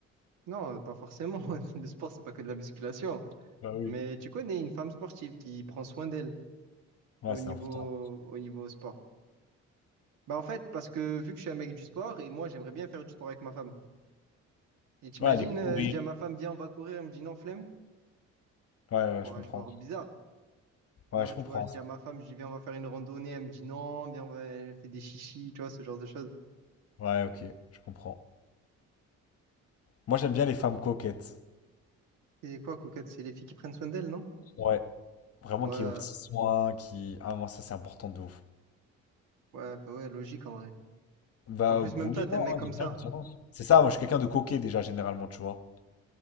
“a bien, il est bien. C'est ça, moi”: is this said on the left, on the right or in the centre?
Left